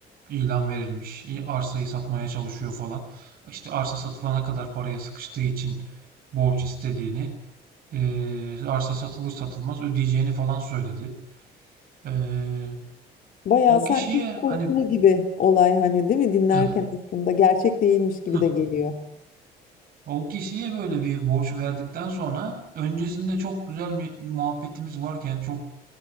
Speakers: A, on the right; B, on the left.
A: ilan verilmiş. İyi, Arsayı satmaya çalışıyor falan. İşte arsa satılana kadar paraya sıkıştığı için borç istediğini, eee, arsa satılır satılmaz ödeyeceğini falan söyledi. Eee,
B: Bayağı
A: o
B: sanki
A: kişiye
B: kurgulu
A: hani
B: gibi olay hani değil mi? Dinlerken
A: <clears throat>
B: aslında gerçek değilmiş gibi
A: <laughs>
B: de geliyor.
A: o kişiye böyle bir borç verdikten sonra öncesinde çok güzel mi- muhabbetimiz varken çok